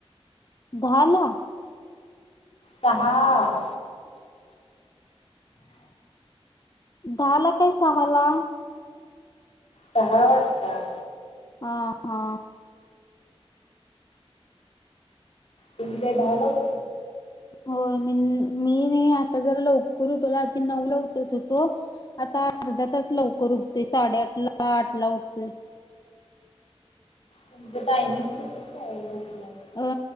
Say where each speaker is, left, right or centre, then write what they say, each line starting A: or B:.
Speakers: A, on the left; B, on the left.
A: झाला.
B: सहा...
A: दहा लाख काय सहाला?
B: दहा वाजता.
A: हा हा
B: तुम्ही काय दहाला <unintelligible>
A: होय मी मी नाही आता जरा लवकर उठवला आधी नऊला उठत होतो आता अर्धा तास लवकर उठतोय साडेआठ ला आठ ला उठतोय.
B: तुमच टायमिंग चुकीच आहे उठण्याच
A: अ